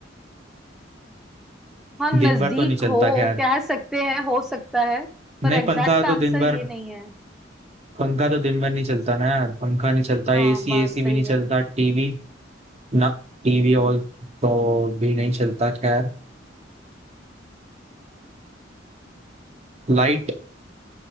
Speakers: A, in the centre; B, on the right.
A: हाँ नजदीक
B: दिन भर तो नहीं चलता
A: हो
B: खैर
A: कह सकते हैं हो सकता है
B: नहीं
A: पर एग्जैक्ट
B: पंखा तो
A: आंसर
B: दिन भर
A: ये नहीं है
B: पंखा तो दिन भर नहीं चलता ना यार पंखा नहीं चलता
A: हाँ
B: एसी
A: बात
B: एसी
A: सही
B: भी नहीं चलता
A: है
B: टीवी ना टीवी और तो भी नहीं चलता खैर लाइट